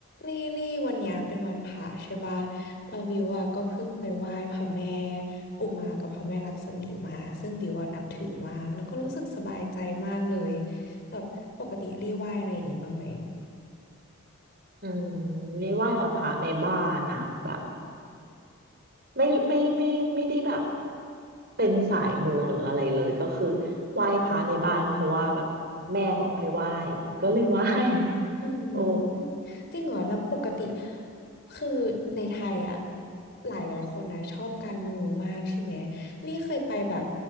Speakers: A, on the left; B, on the right.
A: ลี่ลี่วันเนี้ยเป็นวันพระใช่ป่ะเราวิวอ่ะก็เพิ่งไปไหว้พระแม่อุมากับพระแม่ลักษมีมาซึ่งวิวอ่ะนับถือมากแล้วก็รู้สึกสบายใจมากเลยแบบปกติลี่ไหว้อะไรอย่างงี้บ้างไหม
B: อืมนี่ไหว่าแบบพระในบ้านอะแบบไม่ไม่ไม่ไม่ได้แบบเป็นสายมูหรืออะไรเลยก็คือไหว้พระในบ้านเพราะว่าแบบแม่บอกให้ไหว้ก็เลยไหว้ <laughs>
A: อืมจริงเหรอแล้วปกติ
B: โอ้
A: คือในไทยอ่ะหลายหลายคนนะชอบการมูมากใช่ไหมลี่เคยไปแบบ